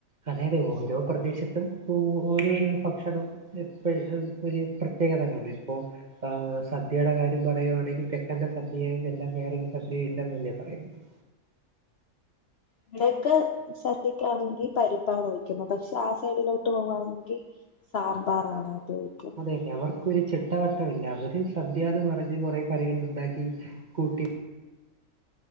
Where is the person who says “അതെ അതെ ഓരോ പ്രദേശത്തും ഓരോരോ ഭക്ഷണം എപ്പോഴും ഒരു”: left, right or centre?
Right